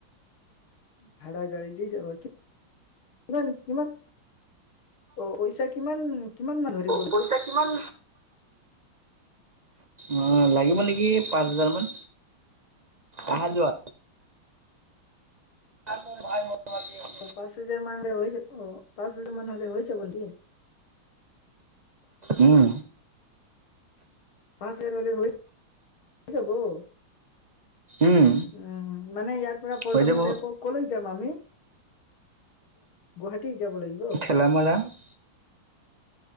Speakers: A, on the left; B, on the right.
A: ভাড়া গাড়ী দি যাবা কিমান কিমান অ', পইচা কিমান কিমান মান ধৰি
B: পইচা কিমান অ', লাগিব নেকি পাঁচ হাজাৰ মান। আহা যোৱা আৰু <unintelligible>
A: অ', পাঁচ হাজাৰ মান হ'লে হৈ যাব অ' পাঁচ হাজাৰ মান হ'লে হৈ যাব নেকি?
B: উম।
A: পাঁচ হাজাৰ মান হ'লে হৈ যাব? উম,
B: উম
A: মানে ইয়াৰ পৰা প্ৰথমতে
B: হৈ যাব
A: ক'লৈ যাম আমি? গুৱাহাটী যাব লাগিব?
B: <inaudible>